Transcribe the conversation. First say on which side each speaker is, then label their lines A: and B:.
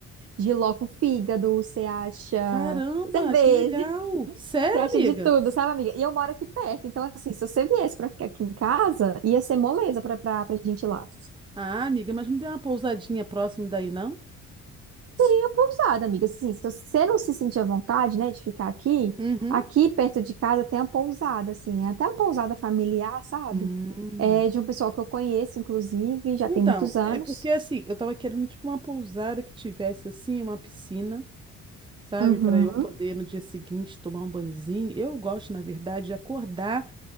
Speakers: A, on the right; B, on the right.
A: jiló com fígado, você acha
B: Caramba,
A: cerveja,
B: que legal.
A: <laughs>
B: Sério,
A: você acha
B: amiga?
A: de tudo, sabe, amiga? E eu moro aqui perto, então, assim, se você viesse pra ficar aqui em casa, ia ser moleza pra, pra, pra gente ir lá.
B: Ah, amiga, mas não tem uma pousadinha próximo daí, não?
A: E a pousada, amiga, assim, se você não se sentir à vontade, né, de ficar aqui,
B: Uhum.
A: aqui perto de casa tem uma pousada, assim, é até uma pousada familiar, sabe?
B: Hum.
A: É de um pessoal que eu conheço, inclusive, já
B: Então,
A: tem muitos anos.
B: é porque assim, eu tava querendo tipo uma pousada que tivesse assim uma piscina, sabe,
A: Uhum.
B: para eu poder no dia seguinte tomar um banhozinho. Eu gosto, na verdade, de acordar